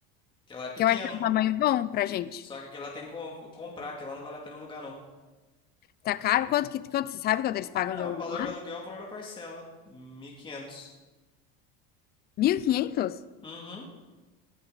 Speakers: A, on the left; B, on the left.
A: Porque lá é pequeno.
B: que eu acho que é um tamanho bom pra gente.
A: Só que aquele lá tem que com- comprar, que lá não vale a pena alugar, não.
B: Tá caro? Quanto que, quanto, você sabe quanto
A: Não,
B: eles pagam de aluguel
A: o valor
B: lá?
A: do aluguel é o valor da parcela. 1.500.
B: mil e quinhentos
A: Uhum.